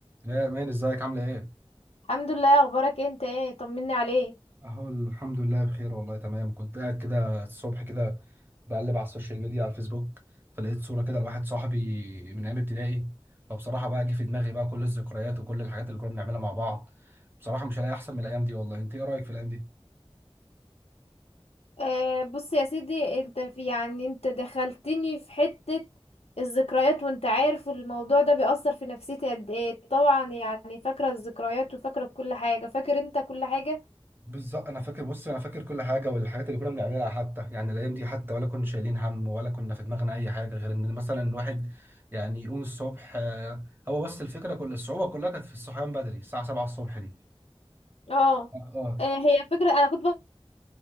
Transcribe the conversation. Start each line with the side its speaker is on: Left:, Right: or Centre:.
Right: يا مان ازيك عاملة ايه؟
Left: الحمد لله اخبارك انت ايه طمني عليك
Right: اهو الحمد لله بخير والله تمام كنت قاعد كده الصبح كده بقلب على السوشيال ميديا على الفيسبوك فلقيت صورة كده لواحد صاحبي من ايام ابتدائي فبصراحة بقى جه في دماغي بقى كل الذكريات وكل الحاجات اللي كنا بنعملها مع بعض بصراحة مش هلاقي احسن من الايام دي والله انت ايه رأيك في الايام دي؟
Left: أه بص يا سيدي انت في يعني انت دخلتني في حتة الذكريات وانت عارف الموضوع ده بيأثر في نفسيتي قد ايه طبعا يعني فاكرة الذكريات وفاكرة كل حاجة فاكر انت كل حاجة
Right: بالظبط انا فاكر بص انا فاكر كل حاجة والحاجات اللي كنا بنعملها حتى يعني الايام دي حتى ولا كنا شايلين هم ولا كنا في دماغنا اي حاجة غير ان مثلا الواحد يعني يقوم الصبح آه، هو بس الفكرة كل الصعوبة كلها كانت في الصحيان بدري الساعة 7 الصبح دي
Left: اه
Right: اه
Left: أه هي فكرة انا كنت بكره